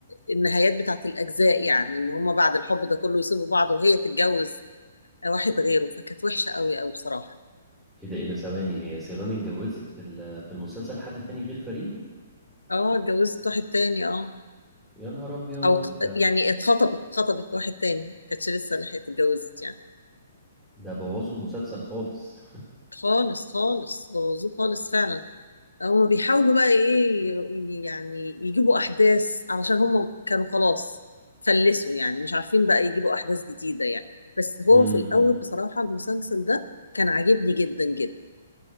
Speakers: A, on the left; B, in the centre.
A: النهايات بتاعت الأجزاء يعني إن هما بعد الحب ده كله يسيبوا بعض وهي تتجوز واحد غيره فكانت وحشة قوي قوي بصراحة
B: ايه ده ايه ده ثواني هي سيران اتجوزت في ال- في المسلسل حد تاني غير فريد
A: اه اتجوزت واحد تاني اه
B: يا نهار ابيض
A: أو ت-
B: ده
A: يعني اتخطبت اتخطبت واحد تاني كانتش لسه لحقت اتجوزت يعني
B: ده بوظوا المسلسل خالص <laughs>
A: خالص خالص بوظوه خالص فعلا هم بيحاولوا بقى ايه ي- يعني يجيبوا احداث علشان هم كانوا خلاص فلسوا يعني مش عارفين بقى يجيبوا احداث جديدة يعني بس هو
B: امم
A: في الاول بصراحة المسلسل ده كان عاجبني جدا جدا